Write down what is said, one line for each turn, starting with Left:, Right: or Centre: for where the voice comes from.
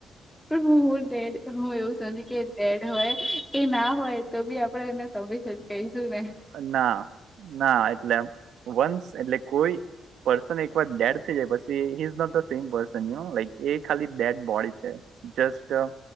Centre: પણ હું હું ડેડ હું એવું છે કે બેડ હોય એ ના હોય તો બી આપડે એને તમે જ કહીશું ને
Right: ના ના એટલેમ વંશ એટલે કોઈ પર્સન એક વાર ડેડ થઈ જાય પછી he's not the same person લ એ ખાલી ડેડ બોડી છે જસ્ટ